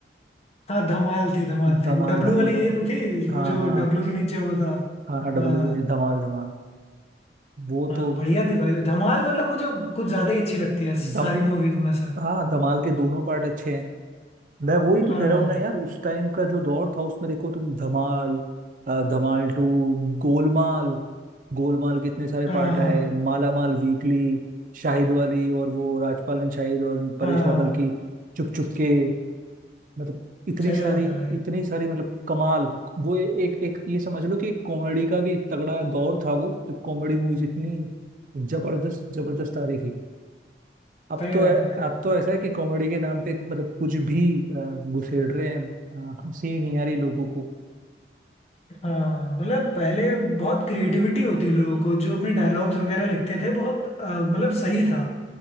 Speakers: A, on the left; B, on the right.
A: हाँ धमाल थी धमाल
B: धमाल
A: थी वो डब्लू
B: धमाल
A: वाली
B: धमाल
A: यही तो थी
B: हाँ
A: वो जो
B: हाँ
A: डब्लू के नीचे वो था
B: हाँ हाँ डब्लू
A: हाँ
B: के लिए धमाल धमाल वो
A: हाँ
B: तो
A: बढ़िया थी भाई धमाल मतलब मुझे कुछ ज्यादा ही अच्छी लगती है सारी
B: दम
A: मूवीज में से
B: हाँ धमाल के दोनों पार्ट अच्छे हैं मैं वही
A: हाँ
B: तो कह रहा हूँ ना यार उस टाइम का जो दौर था उसमें देखो तुम धमाल अ, धमाल टू गोलमाल गोलमाल के इतने सारे
A: हाँ
B: पार्ट
A: हाँ
B: आए माला माल वीकली शाहिद वाली और वो राजपालन शाहिद और परेश
A: हाँ
B: रावल
A: हाँ
B: की चुप चुप के मतलब इतनी
A: सही
B: सारी
A: बात है भाई
B: इतनी सारी मतलब कमाल वो ए, एक एक ये समझ लो कि एक कॉमेडी का भी तगड़ा दौर था वो जब कॉमेडी मूवीज इतनी जबरदस्त जबरदस्त आ रही थी अब
A: सही
B: तो
A: बात
B: ऐ-
A: है भाई
B: अब तो ऐसा है कि कॉमेडी के नाम पे मतलब कुछ भी अ, घुसेड़ रहे हैं अ, हंसी नहीं आ रही लोगों को
A: हाँ मतलब पहले बहुत क्रिएटिविटी होती लोगों को जो अपने डायलॉग्स वगैरह लिखते थे बहुत अ, मतलब सही था